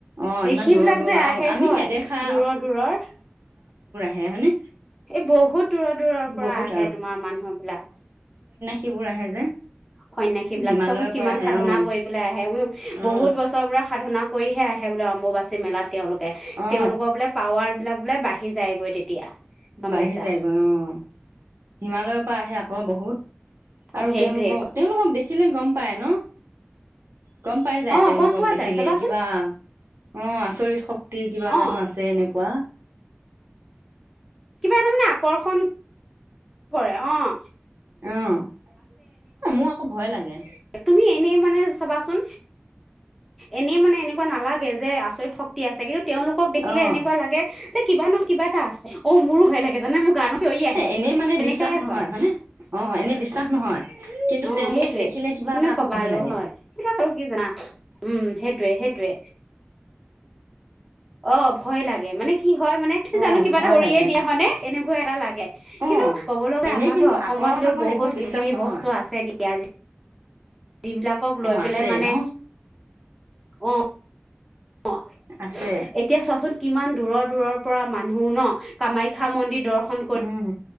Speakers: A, on the right; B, in the centre.
A: অ ইমান
B: ঋষি
A: দূৰৰ
B: বিলাক
A: দূৰৰ
B: যে
A: আৰু
B: আহে
A: আমি
B: হয়
A: নেদেখা
B: দূৰৰ দূৰৰ।
A: হে হয় নে?
B: এই বহুত দূৰৰ দূৰৰ পৰা
A: বহুত
B: আহে তোমাৰ মানুহ বিলাক।
A: সেইবোৰ আহে যে।
B: সন্যাসী বিলাক
A: হিমালয়ৰ
B: চোৱাচোন কিমান
A: পৰা আহে
B: সাধনা
A: অ
B: কৰি পেলাই আহে, উম
A: অ
B: বহুত বছৰৰ পৰা। সাধনা কৰিহে আহে বোলে অম্বুবাচী মেলাত তেওঁলোক।
A: অ
B: তেওঁলোকৰ বোলে পাৱাৰ বিলাক বোলে বাঢ়ি যায়গৈ তেতিয়া। গম
A: বাঢ়ি
B: পাইছা
A: যায়গৈ অ' হিমালয়ৰ পৰা আহে আকৌ বহুত। আৰু
B: সেইটোৱে
A: তেওঁলোকক-তেওঁলোকক দে <unintelligible> গম পায় ন? গম পাই যায়
B: অঁ
A: তেওঁলোকক
B: গম পোৱা
A: দেখিলে
B: যায় চাবাচোন
A: কিবা অ' আচৰি <unintelligible> শক্তি কিবা
B: অঁ
A: জানো আছে এনেকুৱা।
B: কিবা এটা মানে আকৰ্ষণ কৰে অ'।
A: অ', মোৰ আকৌ ভয় লাগে।
B: তুমি এনেই মানে চাবাচোন। এনেই মানে, এনেকুৱা নালাগে যে আ ত শক্তি আছে কিন্তু তেওঁলোকক দেখিলে
A: অ',
B: এনেকুৱা লাগে যে, কিবা নহ কিবা এটা আছে। অ', মোৰো ভই লাগে জানা, মোৰ গাৰ নোম শিয়ৰি আহে
A: এ এনেই মানে
B: তেনেকাই
A: বিশ্বাস নহয়
B: হয়।
A: হয়নে? অ', এনে বিশ্বাস নহয় কিন্তু
B: অ',
A: তেওঁলোকক
B: সেইটোয়ে,
A: দেখিলে কিবা
B: কিনো
A: এটা আকৌ
B: কবা
A: ভয়
B: আৰু
A: লাগে।
B: হয় কিবা আৰু কি জানা উম সেইটয়ে-সেইটোয়ে। অ', ভয় লাগে মানে কি হয় মানে,
A: অ',
B: জানো কিবা
A: ভয়
B: এটা কৰিয়ে
A: লাগে
B: দিয়ে, হয় নে? এনেকুৱা। এটা লাগে। কিন্তু,
A: অ'।
B: ক'ব লগা
A: এনেই
B: আমাৰো
A: কিন্তু
B: অসমতো
A: আঁতৰত আকৌ
B: বহুত
A: সেইবোৰ
B: কিবা-
A: বিশ্বাস
B: কিবি
A: নহয়
B: বস্তু আছে দিয়া আজি। যিবিলাকক লৈ
A: অ',
B: পেলাই
A: আছে
B: মানে।
A: ন?
B: অ'। অ',
A: আছে।
B: এতিয়া চোৱাচোন কিমান দূৰৰ-দূৰৰ পৰা মানুহ ন, কামাখ্যা মন্দিৰ দৰ্শন শন কৰি
A: উম,